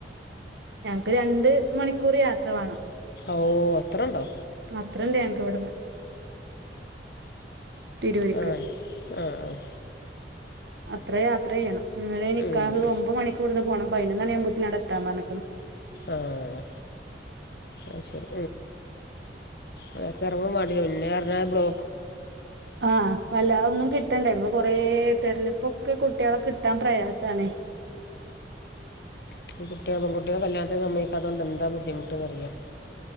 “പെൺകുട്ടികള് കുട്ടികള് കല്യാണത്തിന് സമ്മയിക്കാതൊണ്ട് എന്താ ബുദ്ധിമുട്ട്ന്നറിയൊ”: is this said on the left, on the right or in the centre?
Left